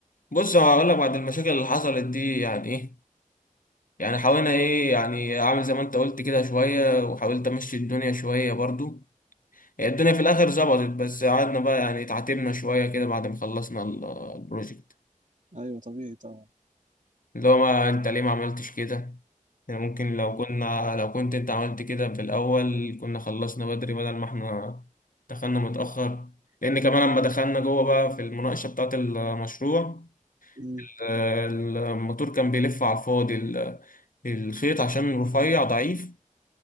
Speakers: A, on the left; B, on the right.
A: بص هقول لك بعد المشاكل اللي حصلت دي يعني ايه يعني حاولنا ايه يعني اعمل زي ما انت قلت كده شوية وحاولت امشي الدنيا شوية برضو هي الدنيا في الاخر ظبطت بس قعدنا بقى يعني اتعاتبنا شويه كده بعد ما خلصنا ال- البروجكت
B: ايوه طبيعي طبعا
A: اللي هو ما انت ليه ما عملتش كده يعني ممكن لو
B: امم
A: كنا لو كنت انت عملت كده في الاول كنا خلصنا بدري بدل ما احنا دخلنا متاخر لان كمان لما دخلنا جوه بقى في المناقشه بتاعه المشروع
B: امم
A: ال- الموتور كان بيلف على الفاضي ال- الخيط عشان رفيع ضعيف